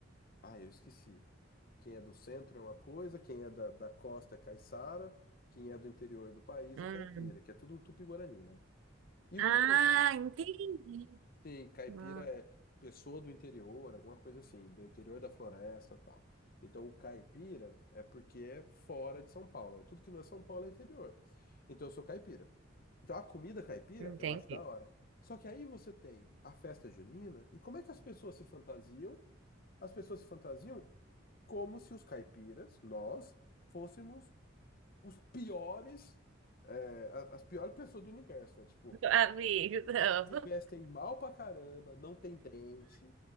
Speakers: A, on the left; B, on the right.
A: ah, eu esqueci. Quem é do centro é uma coisa, quem é da, da costa é caiçara, quem é do interior do país
B: Hum.
A: é caipira, que é tudo tupi-guarani, né? E
B: Ah,
A: o que acontece?
B: entendi.
A: Sim, caipira
B: Hum,
A: é pessoa do interior, alguma coisa assim, do interior da floresta, tal. Então o caipira é porque é fora de São Paulo, né? Tudo que não é São Paulo é interior. Então eu sou caipira. Então a comida caipira
B: entendi.
A: eu acho da hora. Só que aí você tem a festa junina, e como é que as pessoas se fantasiam? As pessoas se fantasiam como se os caipiras, nós, fôssemos os piores, é, a- as piores pessoas do universo, né? Tipo,
B: Amigo, não.
A: se vestem mal pra caramba, não tem dente,